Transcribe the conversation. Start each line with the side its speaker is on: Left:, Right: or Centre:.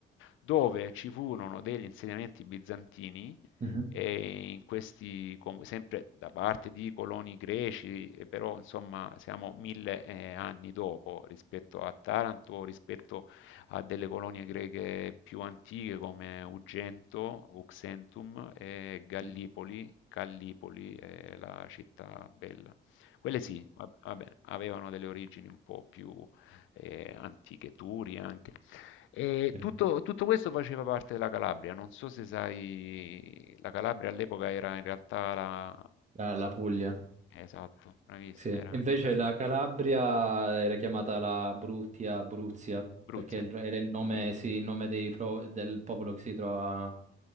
Left: dove ci furono degli insediamenti bizantini
Right: Mhm.
Left: e in questi comuni, sempre da parte di coloni greci, eh, però insomma siamo mille eh, anni dopo rispetto a Taranto, rispetto a delle colonie greche più antiche come Ugento, Uxentum e Gallipoli,
Right: Sì,
Left: Callipoli è la città bella. Quelle sì, va- vabbè, avevano delle origini un po' più eh, antiche, Turi anche. E
Right: Sì.
Left: tutto, tutto questo faceva parte della Calabria, non so se sai, la Calabria all'epoca era in realtà la...
Right: la, la Puglia.
Left: Esatto, bravissima,
Right: Sì.
Left: era
Right: Invece
Left: anche la
Right: la Calabria era chiamata la Brutia, Abruzia,
Left: Abruzia.
Right: perché il- era il nome, sì, il nome dei pro- del popolo che si trova